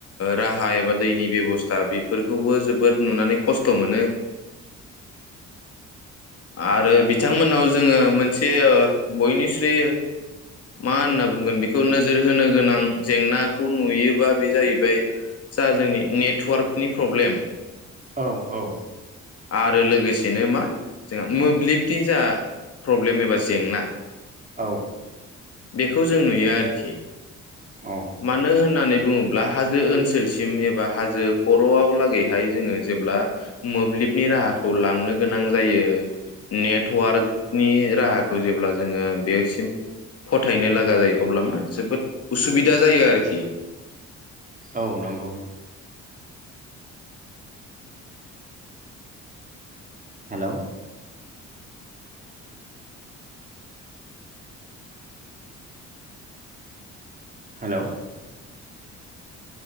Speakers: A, on the left; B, on the right.
A: राहा एबा दैनि बेबस्था बेफोरखौबो जोबोद नुनानै खस्थ' मोनो आरो बिथांमोनाव जोङो मोनसे बयनिख्रुइ मा होनना बुंगोन बेखौ नोजोर होनो गोनां जेंनाखौ नुयोबा बे जाहैबाय जा जोंनि नेटवार्कनि प्रब्लेम
B: औ औ
A: आरो लोगोसेनो मा जोंहा मोब्लिब ब जा प्रब्लेम एबा जेंना
B: औ
A: बेखौ जों नुयो आरोखि
B: औ
A: मानो होननानै बुङोब्ला हाजो ओनसोलसिम एबा हाजो खर'आव लागैहाय जोङो जेब्ला मोब्लिबनि राहाखौ लांनो गोनां जायो नेटवार्कनि राहाखौ जेब्ला जोङो बेसिम फथायनो लागा जायो अब्ला मा जोबोद उसुबिदा जायो आरोखि
B: औ नंगौ। हेलौ हेलौ